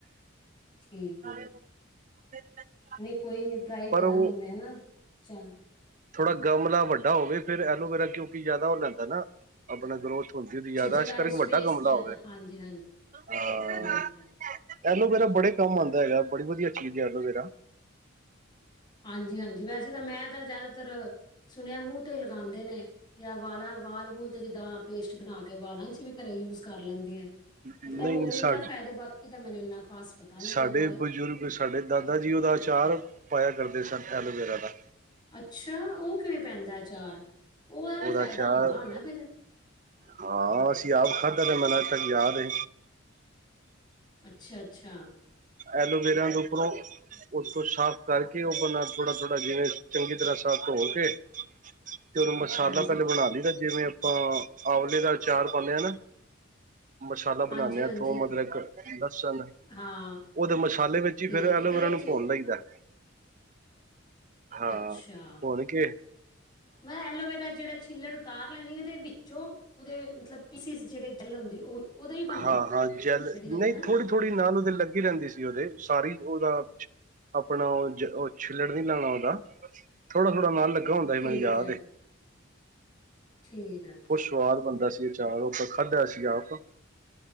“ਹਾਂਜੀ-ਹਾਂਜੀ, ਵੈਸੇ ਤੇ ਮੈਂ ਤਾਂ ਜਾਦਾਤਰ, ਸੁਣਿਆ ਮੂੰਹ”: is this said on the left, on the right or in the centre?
Left